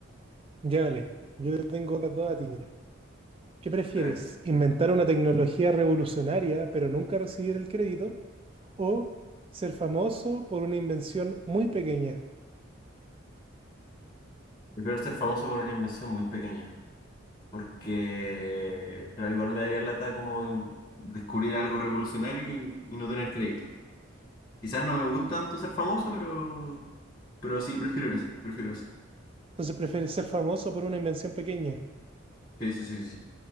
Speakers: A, on the right; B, on the left.
A: Ya, dale. Yo te tengo otras dos a ti, mira. ¿Qué prefieres?
B: A ver,
A: ¿Inventar una tecnología revolucionaria pero nunca recibir el crédito? ¿O ser famoso por una invención muy pequeña?
B: prefiero ser famoso por una invención muy pequeña, porque claro, igual me daría lata como en descubrir algo revolucionario y, y no tener crédito. Quizás no me gusta tanto ser famoso, pero, pero sí, prefiero eso, prefiero eso.
A: Entonces, ¿prefieres ser famoso por una invención pequeña?
B: Sí, sí, sí, sí,